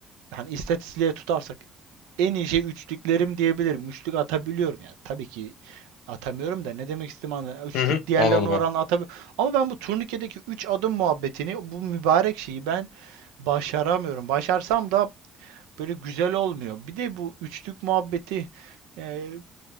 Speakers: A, on the right; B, on the left.
A: hani istatistiğe tutarsak en iyi şey üçlüklerim diyebilirim. Üçlük atabiliyorum yani. Tabii ki atamıyorum da ne demek istediğimi anlıyorum. Üçlük
B: Hı hı,
A: diğerlerine
B: anladım
A: oranla
B: ben.
A: atabiliyorum. Ama ben bu turnikedeki üç adım muhabbetini bu mübarek şeyi ben başaramıyorum. Başarsam da böyle güzel olmuyor. Bir de bu üçlük muhabbeti e,